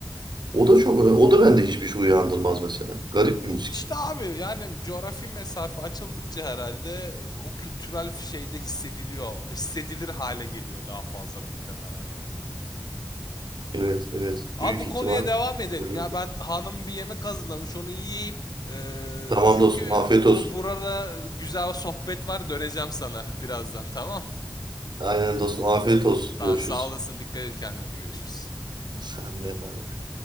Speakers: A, on the right; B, on the left.
A: O da çok o da bende hiçbir şey uyandırmaz mesela. Garip bir müzik.
B: İşte abi yani coğrafi mesafe açıldıkça herhalde e, o kültürel şeyde hissediliyor. Hissedilir hale geliyor daha fazla muhtemelen yani.
A: Evet evet
B: Abi
A: büyük
B: bu konuya
A: ihtimal
B: devam edelim
A: öyle.
B: ya. Ben hanım bir yemek hazırlamış onu yiyeyim. Ee,
A: Tamam
B: çünkü
A: dostum afiyet
B: bu
A: olsun.
B: burada güzel sohbet var. Döneceğim sana birazdan tamam.
A: Aynen dostum afiyet olsun.
B: Tamam
A: Görüşürüz.
B: sağ olasın. Dikkat et kendine. Hadi görüşürüz.
A: Sen de bay bay.